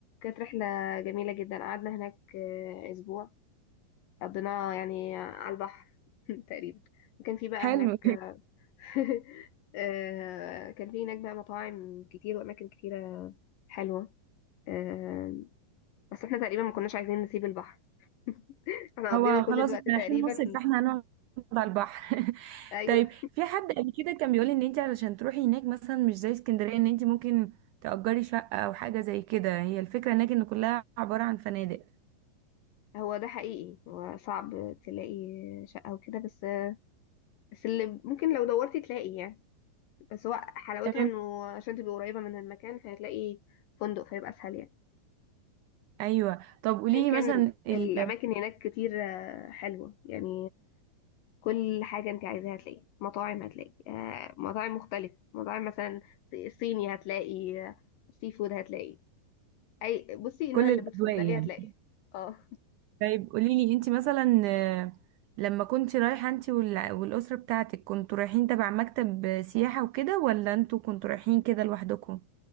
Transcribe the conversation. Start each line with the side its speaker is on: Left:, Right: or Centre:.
Left: رحلة جميلة جدا قعدنا هناك آه، أسبوع قضيناه يعني على البحر <laughs> تقريبا وكان في بقى
Right: حلو
Left: هناك <laughs> آه، كان في هناك بقى مطاعم كتير وأماكن كتيرة حلوة آه، بس احنا تقريبا ما كناش عايزين نسيب البحر <laughs> احنا
Right: هو
Left: قضينا كل
Right: خلاص
Left: الوقت
Right: احنا رايحين
Left: تقريبا
Right: مصيف فاحنا هنقعد على البحر <laughs>
Left: ايوه
Right: طيب في حد قبل كده كان بيقول ان انت علشان تروحي هناك مثلا مش زي اسكندرية ان انت ممكن تأجري شقة او حاجة زي كده هي الفكرة هناك ان كلها عبارة عن فنادق
Left: هو ده حقيقي هو صعب تلاقي شقة وكده بس بس اللي ممكن لو دورتي تلاقي يعني بس هو حلاوتها
Right: تمام
Left: انه عشان تبقي قريبة من المكان فهتلاقي فندق فيبقى اسهل يعني
Right: ايوه طب قولي
Left: ان كان
Right: لي مثلا ال...
Left: الاماكن هناك كتير آه، حلوة يعني كل حاجة انت عايزاها هتلاقي مطاعم هتلاقي آه، مطاعم مختلفة مطاعم مثلا ص- صيني هتلاقي آه، سي فود هتلاقي اي بصي النوع
Right: كل
Left: اللي
Right: الاجواء
Left: بتفضليه
Right: يعني
Left: هتلاقي اه
Right: طيب قولي لي انت مثلا آه، لما كنت رايحة انت وال... والأسرة بتاعتك كنتوا رايحين تبع مكتب سياحة وكده ولا انتوا كنتوا رايحين كده لوحدكم